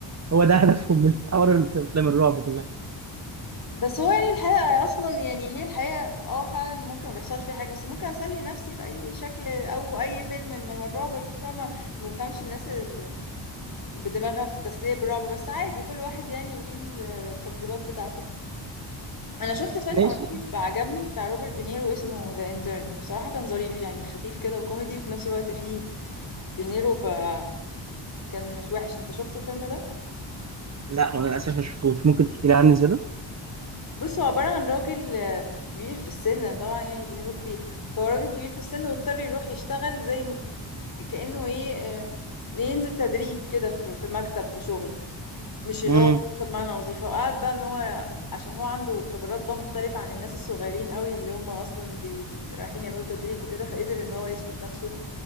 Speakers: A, on the right; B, on the left.
A: هو ده هدفهم من حوار افلام الرعب كلها
B: بس هو يعني الحقيقة اصلا يعني هي الحقيقة اه فعلا ممكن ما بيحصل فيها حاجة بس ممكن اسلي نفسي بأي شكل او اي فيلم انما الرعب مش فاهمة ما بفهمش الناس اللي بدماغها في التسلية بالرعب بس عادي كل واحد يعني وليه التفضيلات بتاعته انا شفت فيلم
A: ماشي
B: قريب عجبني بتاع روبرت دينيرو اسمه ذا انترن بصراحة كان ظريف يعني خفيف كده وكوميدي وفي نفس الوقت فيه دينيرو فكان مش وحش انت شفته الفيلم ده
A: لا هو انا للاسف ما شفتوش ممكن تحكي لي عنه زياده
B: بص هو عبارة عن راجل آه، كبير في السن طبعا يعني دينيرو كبير فهو راجل كبير في السن واضطر يروح يشتغل زي م- كأنه ايه آه، ينزل تدريب كده في في مكتب في شغل مش اللي
A: امم
B: هو بمعنى وظيفة وقعد بقى ان هو عشان هو عنده خبرات بقى مختلفة عن الناس الصغيرين قوي اللي هم اصلا بي... رايحين يعملوا تدريب وكده فقدر ان هو يثبت نفسه